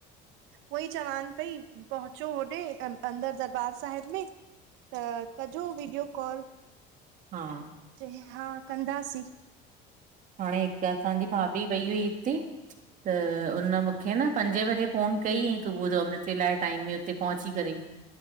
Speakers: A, on the right; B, on the right.
A: उहई चवान पई पहुचो होॾे अंदर दरबार साहिब में त कजो वीडियो कॉल
B: हा
A: चईं हा कंदासीं
B: हाणे हिकु असांजी भाभी वई हुई हिते त उन मूंखे न पंजे वजे फ़ोन कईं सुबुह जो अमृतवेल टाइम में उते पहुची करे